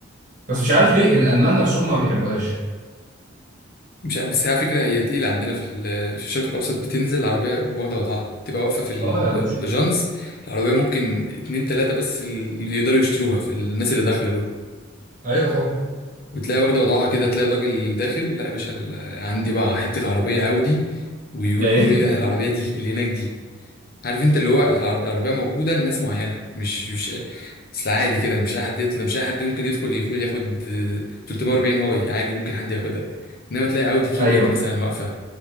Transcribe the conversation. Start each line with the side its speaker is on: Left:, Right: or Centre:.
Right: بس مش عارف ليه الالمان نفسهم ما بيحبوهاش
Left: مش عارف- بس هي على فكرة هي تقيلة عندنا في ال- في الشرق الأوسط بتنزل العربية واخدة وضعها تبقى واقفة في ال-
Right: اه يا باشا
Left: الجانز العربية ممكن اتنين تلاتة بس اللي يقدروا يشتروها في الناس اللي داخلة دول
Right: ايوه طبعا
Left: وتلاقي واخدة وضعها كده تلاقي الراجل داخل لا يا باشا ال- عندي بقى حتة عربية عاودي ويقول
Right: يعني
Left: له ايه ده العربية دي اللي هناك دي عارف انت اللي هو العرب- العربيه موجوده لناس معينه مش مش اصل عادي كده مش اي حد يطلع مش اي حد ممكن يدخل يدخل ياخد آه، 340 اي عادي ممكن حد ياخدها انما تلاقي اودي كيو
Right: <laughs> ايوه
Left: 8 مثلا واقفه